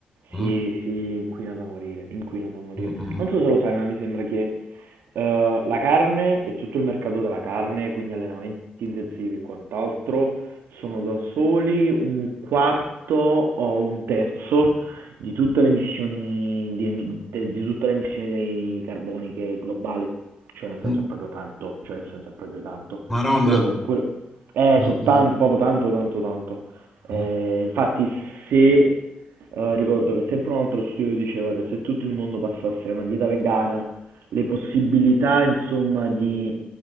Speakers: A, in the centre; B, on the right (about 85°).
A: no?
B: sì, sì, inquina da morire, inquina da morire.
A: Mm, mm,
B: Non so se lo sai, ma mi sembra che Eh, la carne e tutto il mercato della carne, quindi allenamenti sintesi e quant'altro sono da soli un quarto o un terzo di tutte le emissioni di, emi- de- di tutte le emissioni dei carboniche globali, cioè nel
A: mm.
B: senso è proprio tanto, cioè nel senso è proprio tanto.
A: Maronna.
B: Quello per cui eh,
A: Mm,
B: so
A: mm,
B: tan- proprio tanto, tanto, tanto. Eh,
A: mm.
B: infatti se eh, ricordo che sempre un altro studio diceva che se tutto il mondo passasse a una dieta vegana, le possibilità, insomma, di